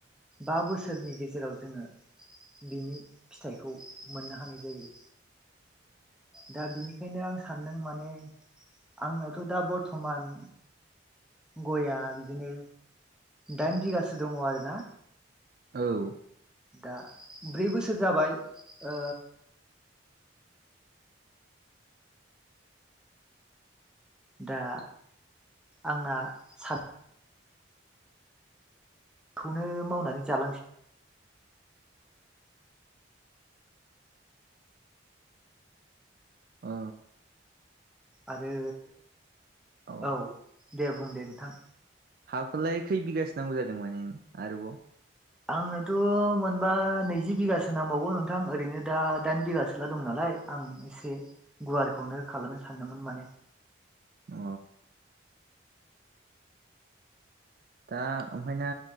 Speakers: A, in the centre; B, on the right.
A: बा बोसोरनि गेजेराव जोङो बेनि फिथाइखौ मोननो हानाय जायो दा बिनिखायनो आं सानदों माने आंनावथ' दा बरथमान गयआ बिदिनो दाइन बिगासो दङ आरोना
B: औ
A: दा ब्रै बोसोर जाबाय ओ दा आंना सान खौनो मावनानै जालांसै।
B: ओ।
A: आरो
B: अ
A: औ दे बुं दे नोंथां।
B: हाखौलाय खै बिगासि नांगौ जादों माने आरोबाव?
A: आंनोथ' मोनबा नैजि बिगासो नांबावगौ नोंथां ओरैनो दा दाइन बिगासोल दं नालाय। आय आं एसे गुवारखौनो खालामनो सानदोंमोन माने।
B: अ। दा ओमफाय ना